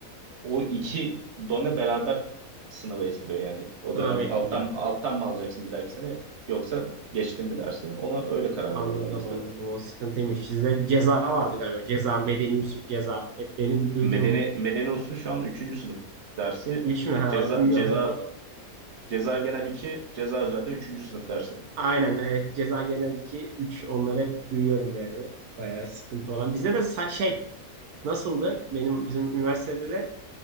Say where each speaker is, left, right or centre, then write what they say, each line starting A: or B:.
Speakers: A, on the right (about 50°); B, on the right (about 80°).
A: O iki done beraber sınavı etkiliyor yani o
B: Sınav
A: dönem.
B: etkiliyor.
A: Alttan, alttan mı alacaksın bir dahaki sene yoksa geçtin mi dersi? Ona öyle karar
B: Anladım
A: veriyorlar bizde.
B: anladım o sıkıntıymış. Sizde bir ceza vardı galiba. Ceza, medeni usul ceza. Hep benim duyduğum
A: Medeni, medeni usul şu an üçüncü sınıf dersi.
B: üç mü <laughs> ha
A: Ceza,
B: bilmiyorum
A: ceza,
B: hep o.
A: ceza genel iki ceza özelde üçüncü sınıf dersi.
B: Aynen evet ceza geneldeki üç onları hep duyuyorum yani. Bayağı sıkıntı olan. Bizde de sa- şey nasıldı? Benim bizim üniversitede de